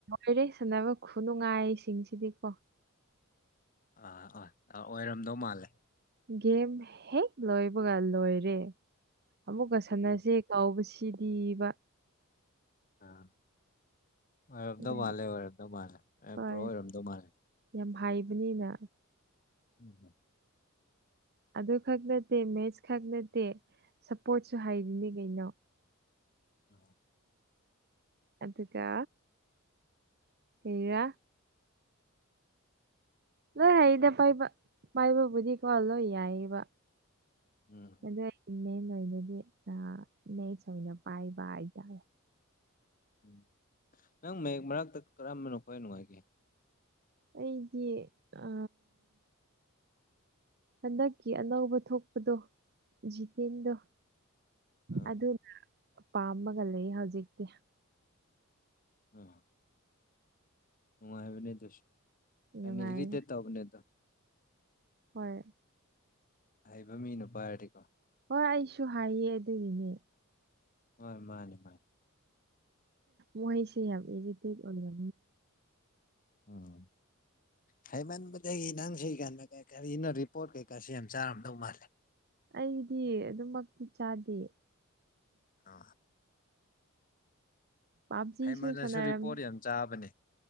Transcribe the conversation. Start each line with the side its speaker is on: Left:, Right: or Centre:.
Right: ꯂꯩꯔꯦ ꯁꯥꯟꯅꯕ ꯈꯨꯅꯨꯡꯉꯥꯏꯁꯤꯡꯁꯤꯗꯤꯀꯣ
Left: ꯑꯥ ꯑꯥ ꯑ ꯑꯣꯏꯔꯝꯗꯧ ꯃꯥꯜꯂꯦ
Right: ꯒꯦꯝ ꯍꯦꯛ ꯂꯣꯏꯕꯒ ꯂꯣꯏꯔꯦ ꯑꯃꯨꯛꯀ ꯁꯥꯟꯅꯁꯦ
Left: ꯎꯝ
Right: ꯀꯥꯎꯁꯤ ꯁꯤꯕ
Left: ꯑꯥ ꯑꯣꯏꯔꯝꯗꯧ
Right: ꯑꯗꯨꯒꯤ
Left: ꯃꯥꯜꯂꯦ ꯑꯣꯏꯔꯝꯗꯧ ꯃꯥꯜꯂꯦ ꯃ
Right: ꯍꯣꯏ
Left: ꯄꯨꯔꯣ ꯑꯣꯏꯔꯝꯗꯧ ꯃꯥꯜꯂꯦ
Right: ꯌꯥꯝ ꯍꯥꯏꯕꯅꯤꯅ
Left: ꯎꯝ ꯍꯝ
Right: ꯑꯗꯨ ꯈꯛ ꯅꯠꯇꯦ ꯃꯦꯠꯁ ꯈꯛ ꯅꯠꯇꯦ ꯁꯞꯄꯣꯔꯠꯁꯨ ꯍꯥꯏꯔꯤꯅꯦ ꯀꯩꯅꯣ
Left: ꯑ
Right: ꯑꯗꯨꯀ ꯍꯦꯔ ꯂꯣꯏ ꯍꯥꯏꯦꯗ ꯄꯥꯏꯕ ꯄꯥꯏꯕ ꯕꯨꯗꯤ ꯀ ꯂꯣꯏ ꯌꯥꯏꯕ
Left: ꯎꯝ
Right: ꯑꯗꯨꯗ ꯃꯦꯟ ꯑꯣꯏꯅꯗꯤ ꯅꯦꯁ ꯑꯣꯏꯅ ꯄꯥꯏꯕ ꯍꯥꯏꯇꯥꯔꯦ
Left: ꯎꯝ ꯅꯪ ꯃꯌꯦꯛꯦꯛ ꯃꯔꯛꯇ ꯀꯔꯝꯕꯅꯣꯈ ꯅꯨꯡꯉꯥꯏꯒꯦ
Right: ꯑꯩꯗꯤ ꯑ ꯍꯟꯗꯛꯀꯤ ꯑꯅꯧꯕ ꯊꯣꯛꯄꯗꯣ ꯖꯤꯇꯦꯟꯗꯣ
Left: ꯑꯥ
Right: ꯑꯗꯨꯅ ꯄꯥꯃꯒ ꯂꯩ ꯍꯧꯖꯤꯛꯇꯤ
Left: ꯎꯝ ꯍꯕꯅꯦꯗꯨꯁꯤ
Right: ꯅꯨꯡꯉꯥꯏ
Left: ꯑꯔꯤꯗꯦ ꯇꯕꯅꯦꯗ
Right: ꯍꯣꯏ
Left: ꯍꯩꯕ ꯃꯤ ꯅꯨꯄꯥ ꯍꯥꯏꯔꯗꯤꯀꯣ
Right: ꯍꯣꯏ ꯑꯩꯁꯨ ꯍꯥꯏꯌꯦ ꯑꯗꯨꯒꯤꯅꯦ
Left: ꯍꯣꯏ ꯃꯥꯅꯦ ꯃꯥꯅꯦ
Right: ꯃꯍꯦꯁꯦ ꯌꯥ ꯑꯦꯖꯤꯇꯖꯕ
Left: ꯎꯝ ꯍꯥꯏꯩꯃꯟꯕꯗꯒꯤ ꯅꯪ ꯁꯤ ꯀꯥꯟꯗ ꯀꯩ ꯀꯥꯔꯤꯅ ꯔꯤꯄꯣꯔꯠ ꯀꯩꯀꯥꯁꯤ ꯌꯥꯝ ꯆꯥꯔꯝꯗꯧ ꯃꯥꯜꯂꯦ
Right: ꯑꯩꯗꯤ ꯑꯗꯨꯝꯃꯛꯇꯤ ꯆꯥꯗꯦ
Left: ꯑ
Right: ꯄꯥꯞꯖꯤꯁꯨ
Left: ꯍꯩꯃꯜꯂꯁꯨ
Right: ꯁꯥꯟꯅꯔꯝꯃꯤ
Left: ꯔꯤꯄꯣꯠ ꯌꯥꯝ ꯆꯥꯕꯅꯦ